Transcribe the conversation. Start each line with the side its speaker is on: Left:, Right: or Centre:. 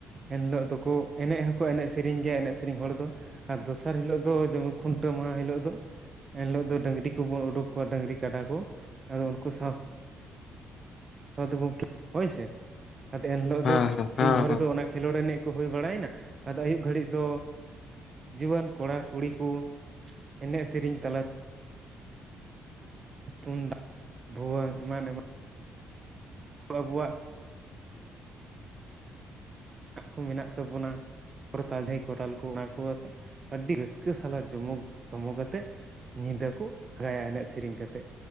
Right: ᱮᱱ ᱦᱤᱞᱳ-ᱜ ᱫᱚ-ᱠᱚ ᱮᱱᱮᱡ ᱦᱚᱸᱠᱚ ᱮᱱᱮᱡ ᱥᱮᱨᱮᱧ ᱜᱮᱭᱟ᱾ ᱮᱱᱮᱡ, ᱥᱮᱨᱮᱧ ᱦᱚᱲ ᱫᱚ᱾ ᱟᱨ ᱫᱚᱥᱟᱨ ᱦᱤᱞᱳᱜ ᱫᱚ ᱡᱮᱢᱚᱱ ᱠᱷᱩᱱᱴᱟᱹᱣ ᱢᱟᱦᱟᱸ ᱦᱤᱞᱳᱜ ᱫᱚ᱾ ᱮᱱ ᱦᱤᱞᱳᱜ ᱫᱚ ᱰᱟᱹᱜᱽᱨᱤ ᱠᱚᱵᱩᱱ ᱩᱰᱩᱠ ᱠᱚᱣᱟ᱾ ᱰᱟᱹᱜᱽᱨᱤ ᱠᱟᱰᱟ ᱠᱚ ᱟᱫᱚ ᱩᱱᱠᱩ ᱥᱟᱶ-ᱥᱟᱶ <unintelligible> ᱟᱫᱚ ᱮᱱᱦᱤᱞᱳᱜ
Left: ᱦᱮᱸ
Right: ᱫᱚ ᱥᱤᱝ
Left: ᱦᱮᱸ
Right: ᱵᱷᱳᱨ
Left: ᱦᱮᱸ
Right: ᱫᱚ ᱚᱱᱟ ᱠᱷᱮᱞᱳᱰ ᱮᱱᱮᱡ ᱠᱚ ᱦᱩᱭ ᱵᱟᱲᱟᱭᱱᱟ᱾ ᱟᱫᱚ ᱟᱹᱭᱩᱵ ᱜᱷᱟᱹᱲᱤᱡ ᱫᱚ᱾ ᱡᱩᱣᱟᱹᱱ ᱠᱚᱲᱟ ᱠᱩᱲᱤ ᱠᱚ ᱮᱱᱮᱡ, ᱥᱮᱨᱮᱧ ᱛᱟᱞᱟ ᱛᱮ ᱛᱩᱢᱫᱟᱜ ᱵᱷᱩᱣᱟᱹᱝ ᱮᱢᱟᱱ ᱮᱢᱟᱱ ᱟᱵᱚᱣᱟᱜ ᱠᱚ ᱢᱮᱱᱟᱜ ᱛᱟᱵᱚᱱᱟ᱾ ᱠᱚᱨᱛᱟᱞ ᱡᱷᱟᱹᱭ ᱠᱚᱨᱛᱟᱞ ᱠᱚ ᱚᱱᱟ ᱠᱚ ᱟᱛᱮ ᱟᱹᱰᱤ ᱨᱟᱹᱥᱠᱟᱹ ᱥᱟᱞᱟᱜ ᱡᱚᱢᱚᱠ ᱥᱚᱢᱚᱠ ᱟᱛᱮᱜ ᱧᱤᱫᱟᱹ ᱠᱚ ᱟᱸᱜᱟᱸᱭᱟ ᱮᱱᱮᱡ ᱥᱮᱨᱮᱧ ᱠᱟᱛᱮᱫ